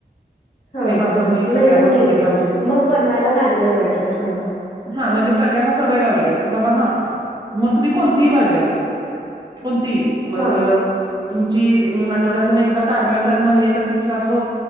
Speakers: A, on the left; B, on the right.
A: हा
B: ते
A: हा
B: मात्र
A: हा
B: मी
A: नाही
B: सगळ्यांना
A: मग ठीक
B: सवय
A: आहे,
B: लावलेली
A: मग बनवायला काही नाही वाटत हा
B: हा म्हणजे सगळ्यांना सवय लावली की बाबा हा मग ती कोणतीही भाजी असो. कोणती मग
A: हा
B: तुमची म आठवड्यातून एकदा कारलं करणं हे तर फिक्स असो.